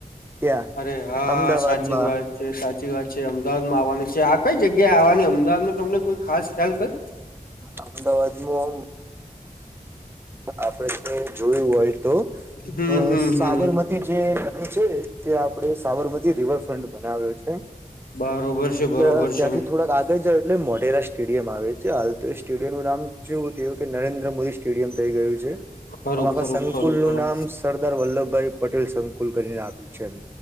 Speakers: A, on the right; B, on the left.
A: ત્યાં
B: અરે હા
A: અમદાવાદમાં.
B: સાચી વાત છે, સાચી વાત છે. અમદાવાદમાં આવવાની છે. આ કંઈ જગ્યાએ આવવાની અમદાવાદમાં તમને કોઈ ખાસ ખ્યાલ ખરી?
A: અમદાવાદમાં ઓમ આપણે જોયું હોય તો
B: હમ
A: અહ
B: હમ
A: સાબરમતી
B: હમ
A: જે <inaudible> છે ને ત્યાં આપણે સાબરમતી રિવરફ્રન્ટ બનાવ્યો છે,
B: બરોબર છે
A: એટલે
B: બરોબર
A: ત્યાંથી
B: છે
A: થોડાક આગ ગળ જાવ એટલે મોઢેરા સ્ટેડિયમ આવે છે, હાલ તો એ સ્ટેડિયમનું નામ ચ્યો તેવું કે નરેન્દ્ર મોદી સ્ટેડિયમ થઈ ગયું છે.
B: ખરું
A: આમ આખા
B: ખરું
A: સંકુલ
B: ખરું ખરું
A: નું નામ સ સરદાર વલ્લભભાઈ પટેલ સંકુલ કરીને આપ્યું છે એમ.